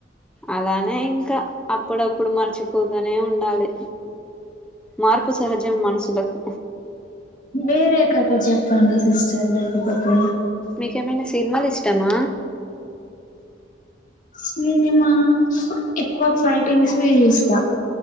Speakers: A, in the centre; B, on the left (about 40°).
A: అలానే ఇంకా అప్పుడు అప్పుడు మర్చిపోతనే ఉండాలి మార్పు సహజం మనుసులకు
B: వేరే కథ చెప్పఅండి సిస్టర్ లేకపోతే
A: మీక్ ఎమైన సినిమలు ఇష్టమా
B: సినిమా ఎక్కువ ఫైటింగ్స్ చూస్తా